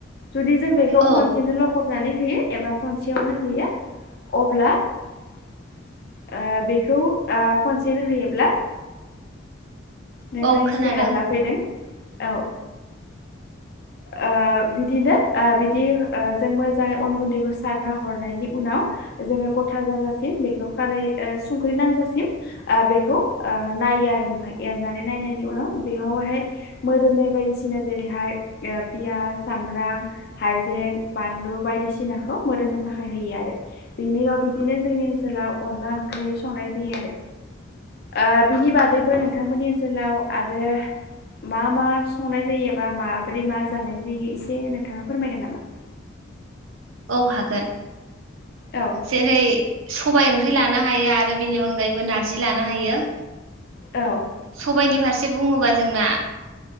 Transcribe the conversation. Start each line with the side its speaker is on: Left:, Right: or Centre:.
Left: जुदि जों बेखौ
Right: औ
Left: खनसेनो लखबनानै होयो एबा खनसेयावनो होयो अब्ला ओ बेखौ ओ खनसेनो होयोब्ला नोंथां
Right: औ
Left: एसे
Right: खोनादों
Left: हालला फैदों औ ओ ओ बिदिनो ओ बिदि ओ जों मोजाङै अन गुन्दैखौ सारना हरनायनि उनाव जोङो गथा जाजासिम बेखौ खारै ओ संख्रि नांजासिम ओ बेखौ ओ नाया एरनानै नायनायनि उनाव बेयावहाय मोदोमनाय बायदिसिना जेरैहाय ओ पिया सामब्रां हाइजें बानलु बायदिसिनाखौ मोदोमनो थाखाय होयो आरो। बिनिया बिदिनो जोंनि ओनसोलाव अनला ओंख्रि संनाय जायो आरो। ओ बिनि बादैबो नोंथांमोननि ओनसोलाव आरो मा मा संनाय जायोबा माबोरै मा जानाय जायो एसे नोंथाङा फोरमायगोन नामा? <inaudible>
Right: औ हागोन।
Left: औ
Right: जेरै सबाय ओंख्रि लानो हायो आरो बेनि अनगायैबो नारजि लानो हायो।
Left: औ
Right: सबायनि फारसे बुङोबा जोंना